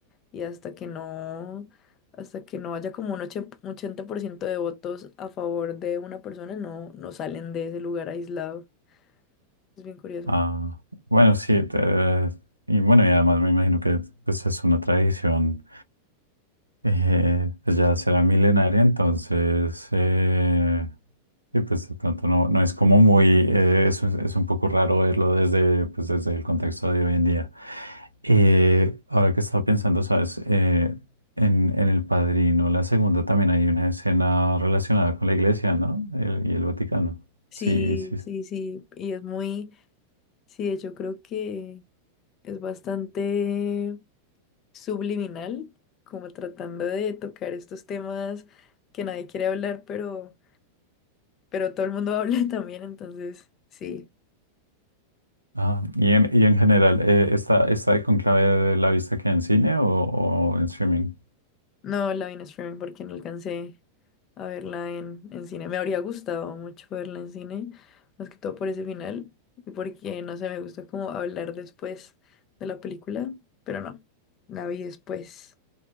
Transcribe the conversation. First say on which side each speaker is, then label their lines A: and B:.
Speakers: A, on the left; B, on the right.
A: y hasta que no, hasta que no haya como un ocho- 80% de votos a favor de una persona, no, no salen de ese lugar aislado. Es bien curioso.
B: Ah, bueno, sí, te- y bueno, y además me imagino que pues, es una tradición eh, pues, ya será milenaria, entonces eh, sí, pues de pronto no, no es como muy, eh, es, un es un poco raro verlo desde, pues, desde el contexto de hoy en día. Eh, ahora que estaba pensando, sabes, Eh, en, en El Padrino, la segunda también hay una escena relacionada con la iglesia, ¿no? El- y el Vaticano.
A: Sí,
B: Sí, sí,
A: sí, sí, y es muy, Sí, yo creo que es bastante subliminal, como tratando de tocar estos temas que nadie quiere hablar, pero, pero todo el mundo <laughs> habla también, entonces sí.
B: Ah, y en, y en general, eh, ¿está, está de conclave la vista que en cine o, o en streaming?
A: No la vi en streaming porque no alcancé a verla en, en cine. Me habría gustado mucho verla en cine, más que todo por ese final, y porque no sé, me gusta como hablar después de la película, pero no, la vi después.